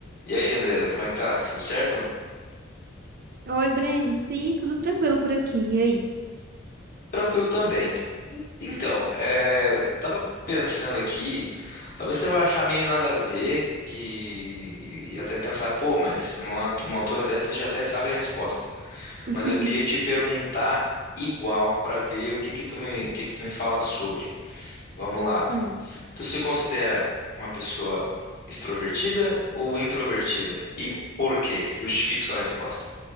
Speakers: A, on the left; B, on the right.
A: E aí, Andresa, como é que tá? Tudo certo?
B: Oi, Breno. Sim, tudo tranquilo por aqui. E aí?
A: Tranquilo também. En- Então, é, eu tava pensando aqui, talvez você vai achar meio nada a ver e, e até pensar, pô, mas numa, numa altura dessa você já até sabe a resposta.
B: <laughs>
A: Mas eu queria te perguntar igual pra ver o que que tu me, o que que tu me fala sobre. Vamos lá.
B: Hum.
A: Tu se considera uma pessoa extrovertida ou introvertida? E por quê? Justifique sua resposta.